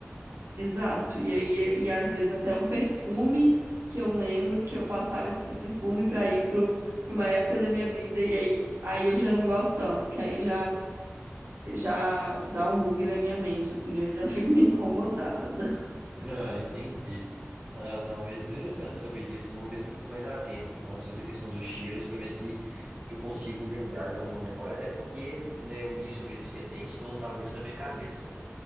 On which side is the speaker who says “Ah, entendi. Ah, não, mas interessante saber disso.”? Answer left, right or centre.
Right